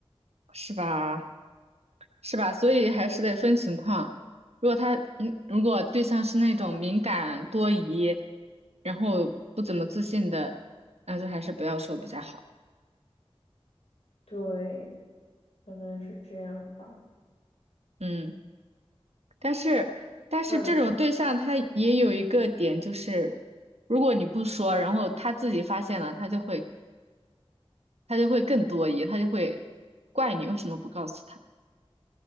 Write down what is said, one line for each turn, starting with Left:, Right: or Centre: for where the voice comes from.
Right: 是吧？是吧？所以还是得分情况。
Left: 就是
Right: 如果他，嗯，如果对象是那种敏感多疑，然后不怎么自信的，那就还是不要说比较好。
Left: 对，可能是这样吧。
Right: 嗯，但是但是这种对象他也有一个点，
Left: 但是，啊，你说
Right: 就是如果你不说，然后他自己发现了，他就会他就会更多疑，他就会怪你为什么不告诉他。